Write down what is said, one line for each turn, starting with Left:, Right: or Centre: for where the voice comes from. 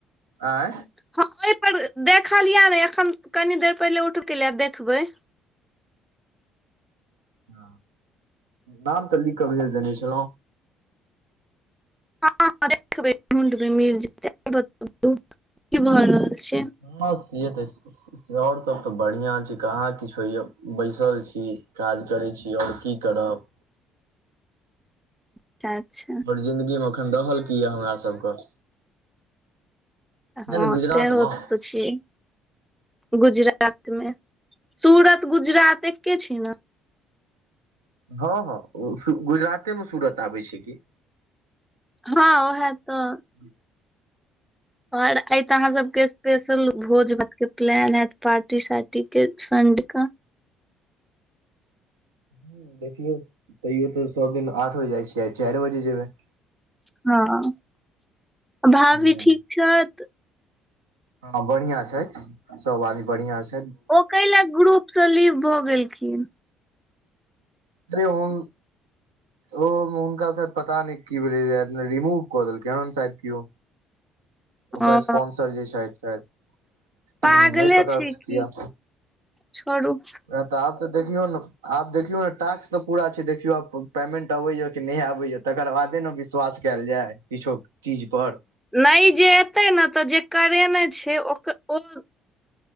Right: आंय
Centre: हँ ओइ पर देखलिय नइ एखन कनि देर पहिले उठबे केलीय देखबै
Right: ह नाम तऽ लिख कऽ भेज देने छलउ
Centre: हँ देखबइ ढुंढबई मिल जेतइ <inaudible> की भ रहल छै
Right: हं से त छइ और सब तऽ बढ़िआँ छै कहाँ किछ होइए बैसल छी काज करै छी और की करब
Centre: तेछा
Right: बड़ जिंन्दगीमे एखन रहल की यए हमरा सबके नहि
Centre: हँ
Right: ने गुजरातमे
Centre: तै होत सेऽ गुजरात मे सुरत गुजरात एके छय न
Right: हँ हँ ओ गुजराते मे सूरत आबै छै कि
Centre: हँ ओहे तऽ
Right: <unintelligible>
Centre: ओर आई त अहाँ सबके स्पेशल भोज भात के प्लान हेत पार्टी सार्टी के संडे क
Right: हू देखियौ तैयो तऽ सब दिन आठ बजे जाए छी आई चारि बजे जेबै
Centre: हँ भाभी
Right: ह
Centre: ठीक छथि
Right: हँ बढ़आं छै सोब आदमी बढ़िआं छै
Centre: ओ कइलै ग्रुप सऽ लीभ भऽ गेलखिन
Right: लै ओन ओ हुनका शायद पता नहि की भेलै राइत मे रिमूव कऽ देलकै हन शायद कियो ओकर
Centre: ओ
Right: स्पॉन्सर जे छैथ शायद
Centre: पागले
Right: हूँ, नहि पता
Centre: छय
Right: किया
Centre: की छोड़ू
Right: वैह आब तऽ देखियो न आब देखियौ ने टास्क तऽ पूरा छै देखियौ आब पेमेंट अबैए कि नहि आबैए तकर बादे ने बिस वास कैल जे किछौ चीज पर
Centre: नहि जे एतै ने तऽ जे करेने छै ओक ओ